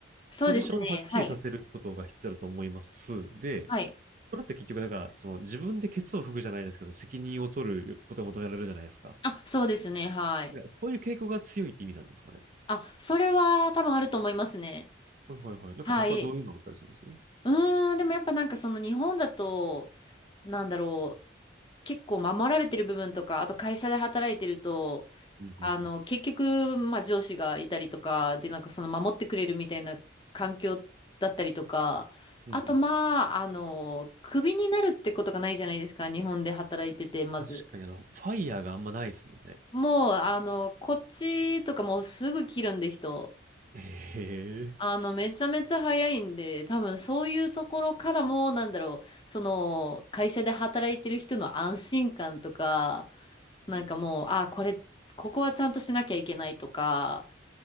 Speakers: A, on the left (about 25°); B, on the right (about 40°).
A: そうですね。
B: ポジションをはっきりさせることが必要だと思います。
A: はい。
B: で、
A: はい
B: それって結局なんか、その自分でケツを拭くじゃないですけど、責任を取ることが求められるじゃないですか。
A: あ、そうですね。はい。
B: いや、そういう傾向が強いって意味なんですかね。
A: あ、それは多分あると思いますね。
B: はいはいはい。なんか他どういうのあったりするんですう
A: はい。うーん、でもやっぱなんかその日本だと、なんだろう、結構守られてる部分とか、あと会社で働いてると、
B: んうんうん。
A: あの、結局、まあ上司がいたりとか、で、なんかその守ってくれるみたいな環境だったりとか、
B: うんうん
A: あとまあ、あの、クビになるってことがないじゃないですか、日本で働いてて、まず。
B: 確かにあの、ファイヤーがあんまないですもんね。
A: もう、あの、こっちとかもうすぐ切るんで人。
B: へえ。
A: あの、めちゃめちゃ早いんで、多分そういうところからも、なんだろう、その、会社で働いてる人の安心感とか、なんかもう、あ、これ、ここはちゃんとしなきゃいけないとか、